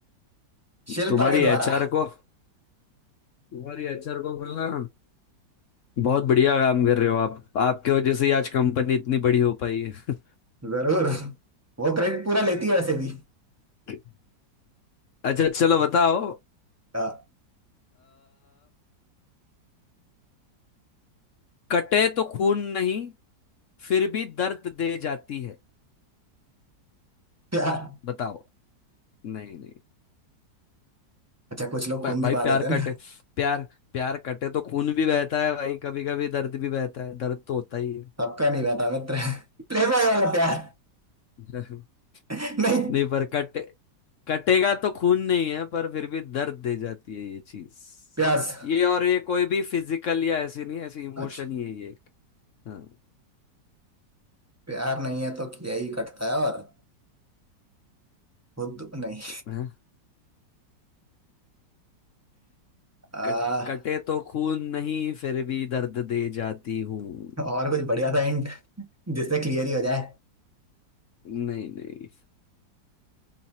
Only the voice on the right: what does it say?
शिल्पा
के द्वारा
जरूर वो क्रेडिट पूरा लेती है वैसे भी
हाँ,
प्यार
अच्छा कुछ लोग
खून
भी बहा देते
हैं ना
सबका नहीं रहता मित्र <laughs> प्लेबॉय वाला प्यार
<laughs> नहीं
प्यास
अच्छा
प्यार नहीं है तो किया ही कटता है और खुद तो नहीं
आ,
और कुछ बढ़िया सा हिंट जिससे क्लियर ही हो जाए